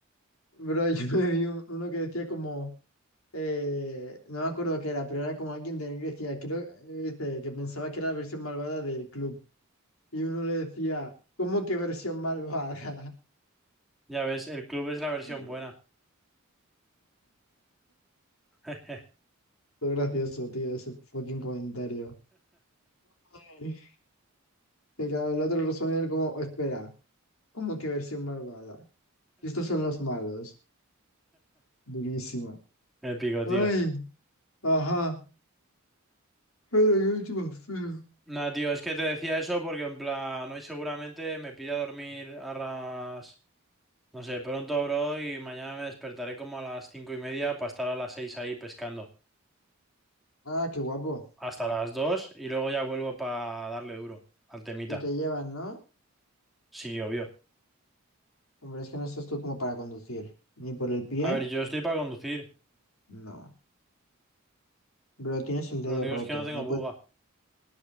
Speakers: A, on the left; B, in the centre.
A: Bro, <laughs> yo me vi un- uno que decía como, eh, no me acuerdo qué era, pero era como alguien de Grecia, creo, dice, que pensaba que era la versión malvada del club. Y uno le decía, ¿cómo que versión malvada?
B: Ya ves, el club es la versión
A: <laughs>
B: buena. <laughs>
A: Todo gracioso, tío, ese fucking comentario. Ay, Y claro, el otro respondió él como, "Oh, espera, ¿cómo que versión malvada? Y estos son los malos. Durísimo.
B: Épico, tío.
A: Ay, ajá. Pero qué bicho más feo.
B: Nah, tío, es que te decía eso porque en plan, hoy seguramente me pira a dormir a las... No sé, pronto, bro, y mañana me despertaré como a las cinco y media para estar a las seis ahí pescando.
A: Ah, qué guapo.
B: hasta las 2 y luego ya vuelvo para darle duro al temita.
A: Y te llevan, ¿no?
B: Sí, obvio.
A: Hombre, es que no estás tú como para conducir. Ni por el pie,
B: A ver, yo estoy para conducir.
A: no. Pero tienes el
B: Lo
A: dedo
B: único
A: roto.
B: es que no tengo
A: No
B: buga.
A: puedes,